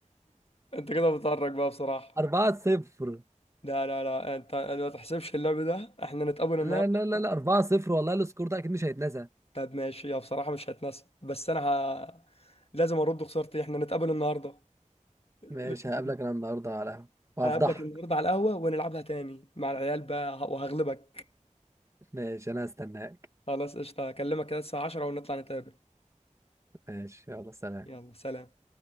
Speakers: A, on the left (about 50°); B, on the right (about 20°).
A: انت كده بتعرج بقى بصراحة
B: 4 0 <laughs>
A: لا لا لا انت أنا ما تحسبش اللعب ده احنا نتقابل النهارده
B: لا لا لا لا 4 0 والله السكور ده أكيد مش هيتنسى
A: طب ماشي يا بصراحة مش هتناسب بس انا ه... لازم ارد خسارتي احنا نتقابل النهارده <laughs>
B: ماشي هقابلك أنا النهاردة على القهوة وهفضحك
A: هقابلك النهارده على القهوة ونلعبها تاني مع العيال بقى وهغلبك
B: ماشي أنا هستناك
A: خلاص قشطة هكلمك كده الساعة 10 ونطلع نتقابل
B: ماشي يلا سلام
A: يلا سلام